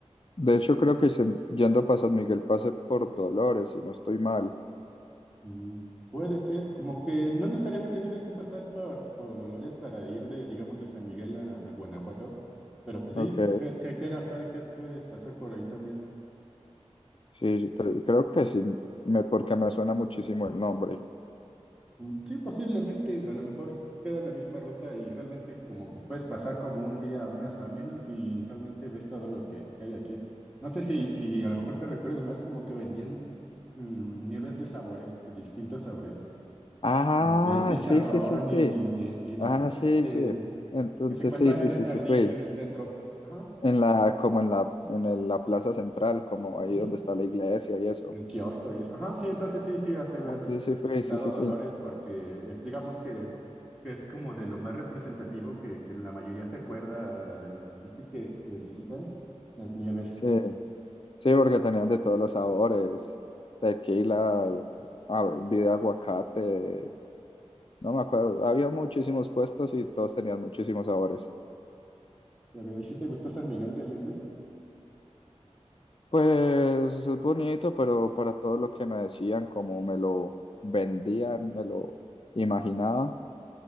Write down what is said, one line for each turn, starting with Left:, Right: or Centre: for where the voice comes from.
Left: De hecho, creo que se- yendo para San Miguel pasé por Dolores, si no estoy mal.
Centre: Mm, puede ser, como que no necesariamente tienes que pasar por, por Dolores para ir de, digamos, de San Miguel a, a Guanajuato, pero pues sí,
Left: Ok.
Centre: que, que queda, puede que puedes pasar por ahí también.
Left: Sí, yo te- creo que sí, me, porque me suena muchísimo el nombre.
Centre: Mm, Sí, posiblemente, a lo mejor queda la misma ruta y realmente como que puedes pasar como un día más hasta menos y realmente ves todo lo que, que hay aquí. No sé si, si a lo mejor te recuerde más como que vendían mm, nieves de sabores, de distintos sabores,
Left: Ah,
Centre: como de chicharrón
Left: sí, sí, sí, sí.
Centre: y, y de, y de
Left: Ah,
Centre: aguacate,
Left: sí, sí. Entonces,
Centre: que se encuentran
Left: sí, sí,
Centre: en
Left: sí,
Centre: el jardín,
Left: sí, fui.
Centre: en el centro. Ajá.
Left: en la, como en la, en el- la plaza central, como ahí
Centre: ujú.
Left: donde está la iglesia y eso.
Centre: En el kiosco y eso. Ajá, sí, entonces sí, sí, hace
Left: Ah,
Centre: ver
Left: Entonces sí fue
Centre: quitado
Left: sí, sí,
Centre: Dolores
Left: sí.
Centre: porque es, digamos que, que es como de lo más representativo que, que la mayoría se acuerda del, así que, que visitan las nieves.
Left: Sí, sí, porque tenían de todos los sabores, tequila, ah, bebida de aguacate, no me acuerdo. Había muchísimos puestos y todos tenían muchísimos sabores.
Centre: Ya veo, ¿y si te gustó San Miguel de Allende?
Left: Pues es bonito, pero para todo lo que me decían, como me lo vendían, me lo imaginaba,